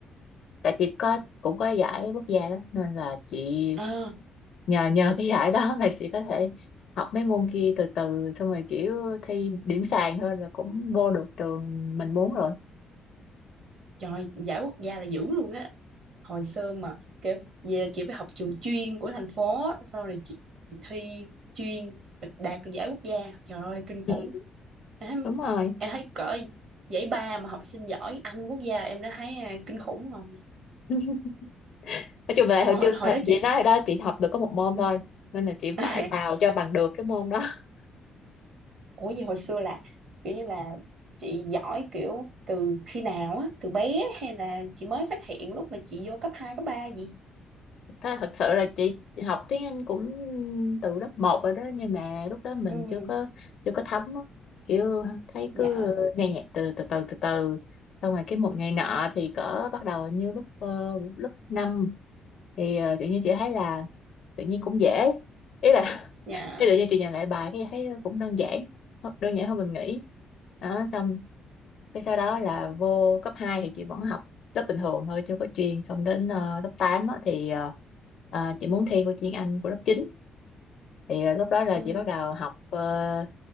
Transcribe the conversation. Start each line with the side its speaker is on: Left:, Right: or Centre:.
Left: tại chị có cũng có giải quốc gia đó nên là chị
Right: Ờ
Left: nhờ nhờ cái giải đó mà chị có thể học mấy môn kia từ từ xong rồi kiểu thi điểm sàn thôi là cũng vô được trường mình muốn rồi
Right: trời giải quốc gia là dữ luôn á. hồi xưa mà kiểu vậy là chị phải học trường chuyên của thành phố á, sau rồi chị thi chuyên đạt được giải quốc gia trời ơi kinh
Left: Ừ.
Right: khủng em thấy
Left: đúng rồi
Right: em thấy cỡ giải ba mà học sinh giỏi Anh quốc gia em đã thấy à, kinh khủng rồi
Left: <laughs> nói chung là
Right: ông
Left: hồi
Right: hồi,
Left: trước
Right: hồi
Left: thật
Right: đó chị
Left: chị nói rồi đó chị học được có một môn thôi nên là chị
Right: <laughs>
Left: phải bào cho bằng được cái môn đó <laughs>
Right: ủa gì hồi xưa là kiểu như là chị giỏi kiểu từ khi nào á từ bé hay là chị mới phát hiện lúc mà chị vô cấp hai cấp ba gì
Left: Thế thật sự là chị học tiếng Anh cũng từ lớp một rồi đó nhưng mà lúc đó mình
Right: ừ
Left: chưa có chưa có thấm á. kiểu thấy
Right: dạ
Left: cứ nghe nhạc từ từ từ từ từ xong rồi cái một ngày nọ thì cỡ bắt đầu như lúc ờ, lớp 5 thì ờ, tự nhiên chị thấy là tự nhiên cũng dễ ý là <laughs>
Right: dạ
Left: ý tự nhiên chị nhìn lại bài cái thấy cũng đơn giản đơn giản hơn mình nghĩ đó xong cái sau đó là vô cấp 2 thì chị vẫn học lớp bình thường thôi chưa có chuyên xong đến ờ, lớp 8 á, thì ờ, ờ, chị muốn thi vô chuyên Anh của lớp chín thì ờ, lúc đó là
Right: ừ
Left: chị bắt đầu học ờ,